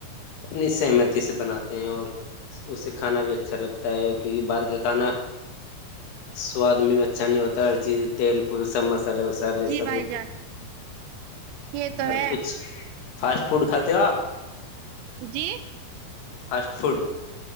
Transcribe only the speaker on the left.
اپنی سہمتی سے بناتے ہیں اور اس کو سیکھنا بھی اچھا لگتا ہے کیونکہ باہر کا کھانا سواد میں بھی اچ اچھا نہیں ہوتا ہر چیز تیل پ سب مسالے وسالے لے
سب
اور
کچھ فاسٹ فوڈ کھاتے ہو آپ
فاسٹ فوڈ